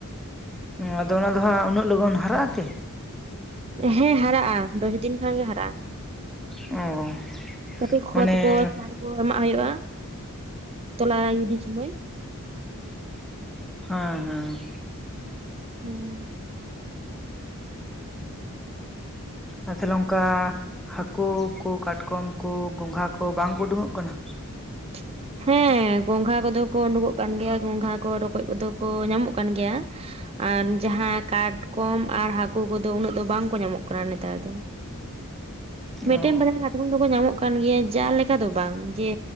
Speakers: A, in the centre; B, on the right (about 25°).
A: ᱦᱩᱸ ᱟᱫᱚ ᱚᱱᱟ ᱫᱚ ᱦᱟᱸᱜ ᱩᱱᱟᱹᱜ ᱞᱚᱜᱚᱱ ᱦᱟᱨᱟᱜ ᱟᱛᱮ?
B: ᱦᱮᱸ ᱦᱟᱨᱟᱜ-ᱟ, ᱫᱚᱥᱫᱤᱱ ᱠᱷᱟᱱ ᱜᱮ ᱦᱟᱨᱟᱜ-ᱟ᱾
A: ᱚ
B: ᱠᱟᱹᱴᱤᱡ ᱠᱷᱚᱫ
A: ᱢᱟᱱᱮ
B: ᱠᱚ <unintelligible> ᱠᱚ ᱮᱢᱟᱜ ᱦᱩᱭᱩᱜ-ᱟ ᱛᱚᱞᱟ ᱜᱤᱰᱤᱤ ᱥᱳᱢᱚᱭ᱾
A: ᱦᱮᱸ ᱦᱮᱸ᱾
B: ᱦᱩᱸ᱾
A: ᱟᱨ ᱛᱟᱦᱚᱞᱮ ᱚᱱᱠᱟ ᱦᱟᱹᱠᱩ ᱠᱚ, ᱠᱟᱴᱠᱚᱢ ᱠᱚ, ᱜᱚᱸᱜᱷᱟ ᱠᱚ ᱵᱟᱝᱠᱚ ᱩᱰᱩᱠᱚᱜ ᱠᱟᱱᱟ?
B: <inaudible> ᱦᱮᱸ ᱜᱚᱝᱜᱷᱟ ᱠᱚᱫᱚ ᱠᱚ ᱩᱰᱩᱠᱚᱜ ᱠᱟᱱ ᱜᱮᱭᱟ, ᱜᱚᱝᱜᱷᱟ ᱠᱚ ᱨᱚᱠᱚᱡ ᱠᱚᱫᱚ ᱠᱚ ᱧᱟᱢᱚᱜ ᱠᱟᱱ ᱜᱮᱭᱟ᱾ ᱟᱨ ᱡᱟᱦᱟᱸ ᱠᱟᱴᱠᱚᱢ ᱟᱨ ᱦᱟᱹᱠᱩ ᱠᱚᱫᱚ ᱩᱱᱟᱹᱜ ᱫᱚ ᱵᱟᱝ ᱠᱚ ᱧᱟᱢᱚᱜ ᱠᱟᱱᱟ ᱱᱮᱛᱟᱨ ᱫᱚ। ᱢᱤᱫᱴᱮᱱ
A: ᱚ
B: ᱵᱟᱨᱭᱟ ᱠᱟᱴᱠᱚᱢ ᱫᱚᱠᱚ ᱧᱟᱢᱚᱜ ᱠᱟᱱ ᱜᱮᱭᱟ ᱡᱟ ᱞᱮᱠᱟ ᱫᱚ ᱵᱟᱝ ᱡᱮ